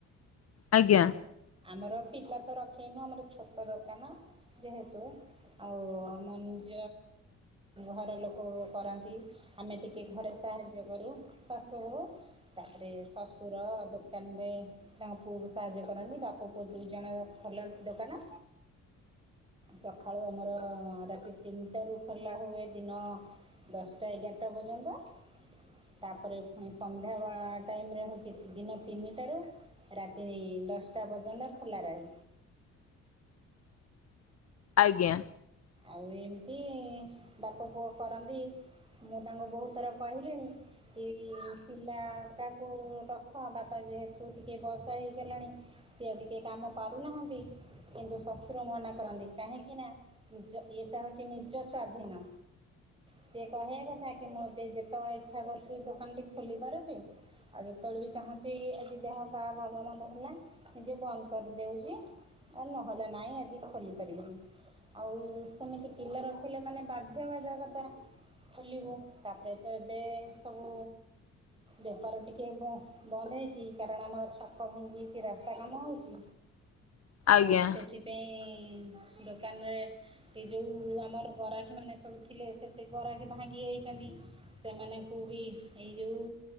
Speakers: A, on the left (about 55°); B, on the right (about 15°).
A: ଆଜ୍ଞା।
B: ଆମର ପିଲା ତ ରଖେନୁ, ଆମର ଛୋଟ ଦୋକାନ ଯେହେତୁ। ଆଉ ଆମ ନିଜ ଘର ଲୋକ କରନ୍ତି। ଆମେ ଟିକେ ଘରେ ସାହାଯ୍ୟ କରୁ, ଶାଶୁ ବୋହୁ। ତାପରେ ଶଶୁର ଦୋକାନ ରେ ତାଙ୍କ ପୁଅକୁ ସାହାଯ୍ୟ କରନ୍ତି। ବା ବାପ ପୁଅ ଦୁଇ ଜଣ ଯାକ ଖୋଲନ୍ତି ଦୋକାନ। ସଖାଳୁ ଆମର ରାତି ତିନିଟାରୁ ଖୋଲା ହୁଏ ଦିନ ଦଶଟା ଏଗାରଟା ପର୍ଯ୍ୟନ୍ତ। ତାପରେ ପୁଣି ସନ୍ଧ୍ୟା ବା ଟାଇମରେ ହଉଛି ଦିନ ତିନିଟାରୁ ରାତି ଦଶଟା ପର୍ଯ୍ୟନ୍ତ ଖୋଲା ରହେ।
A: ଆଜ୍ଞା।
B: ଆଉ ଏମିତି ବାପ ପୁଅ କରନ୍ତି, ମୁଁ ତାଙ୍କୁ ବହୁତ ଥର କହିଲିଣି ଏ ପିଲାଟାକୁ ରଖ ବାପା ଯେହେତୁ ଟିକେ ବୟସ ହେଇଗଲାଣି। ସିଏ ଆଉ ଟିକେ କାମ ପାରୁନାହାଁନ୍ତି, କିନ୍ତୁ ଶଶୁର ମନା କରନ୍ତି କାହିଁକିନା ନିଜ ଇଏଟା ହେଉଛି ନିଜ ସ୍ଵାଧୀନ। ସେ କହିବା କଥା କି ମୁଁ ଏବେ ଯେତେବେଳେ ଇଚ୍ଛା କରୁଛି ଦୋକାନ ଟି ଖୋଲି ପାରୁଛି। ଆଉ ଯେତେବେଳେ ବି ଚାହୁଁଛି, ଆଜି ଦେହ ପା ଭଲମନ୍ଦ ହେଲା ନିଜେ ବନ୍ଦ କରିଦେଉଚି। ଆଉ ନହେଲେ ନାଇଁ ଆଜି ଖୋଲି ପାରିବିନି। ଆଉ ସେମିତି ପିଲା ରଖିଲେ ମାନେ ବାଧ୍ୟ ବାଧକତା। ଖୋଲିବୁ, ତାପରେ ତ ଏବେ ସବୁ ବେପାର ଟିକେ ବ ବନ୍ଦ ହେଇଛି କାରଣ ଆମର ଛକ ଭାଙ୍ଗି ଯାଇଚି ରାସ୍ତା କାମ ହୋଉଚି।
A: ଆଜ୍ଞା
B: ଆଉ ସେଥିପାଇଁ ଦୋକାନରେ ସେ ଯୋଉ ଆମର ଗରାକୀମାନେ ସବୁ ଥିଲେ ସେତେ ଗରାକୀ ଭାଙ୍ଗି ଯାଇଛନ୍ତି ସେମାନଙ୍କୁ ବି ଏଇ ଯୋଉ